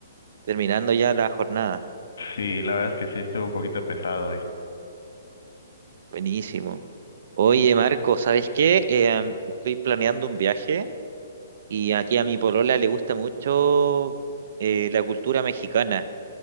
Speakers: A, on the right; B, on the left.
A: terminando ya la jornada.
B: Sí, la verdad es que sí estuvo un poquito pesado hoy.
A: Buenísimo. Oye Marco, ¿sabes qué? Eh, estoy planeando un viaje y aquí a mi polola le gusta mucho eh, la cultura mexicana,